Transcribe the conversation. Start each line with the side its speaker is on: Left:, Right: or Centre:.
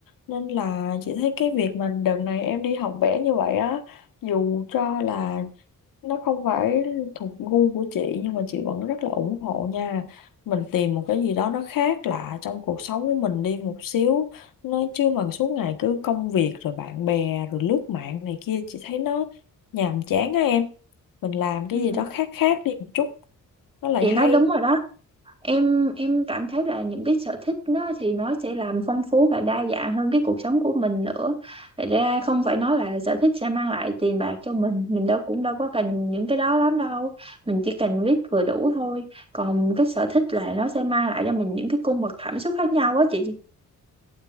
Left: nên là chị thấy cái việc mà đợt này em đi học vẽ như vậy á dù cho là nó không phải thuộc gu của chị nhưng mà chị vẫn rất là ủng hộ nha mình tìm một cái gì đó nó khác lạ trong cuộc sống của mình đi một xíu nó chứ mà suốt ngày cứ công việc rồi bạn bè rồi lướt mạng này kia chị thấy nó nhàm chán á em mình làm cái
Right: Ừm,
Left: gì đó khác khác đi một chút nó lại
Right: chị
Left: hay
Right: nói đúng rồi đó em em cảm thấy là những cái sở thích nó thì nó sẽ làm phong phú và đa dạng hơn cái cuộc sống của mình nữa Thật ra không phải nói là sở thích sẽ mang lại tiền bạc cho mình mình đâu cũng đâu có cần những cái đó lắm đâu mình chỉ cần biết vừa đủ thôi còn cái sở thích là nó sẽ mang lại cho mình những cái cung bậc cảm xúc khác nhau á chị